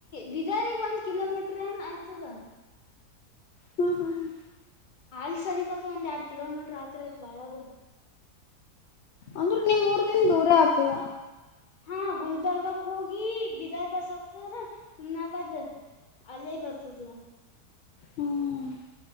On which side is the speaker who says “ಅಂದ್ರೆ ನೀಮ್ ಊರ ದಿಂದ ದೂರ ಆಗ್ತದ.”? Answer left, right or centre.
Left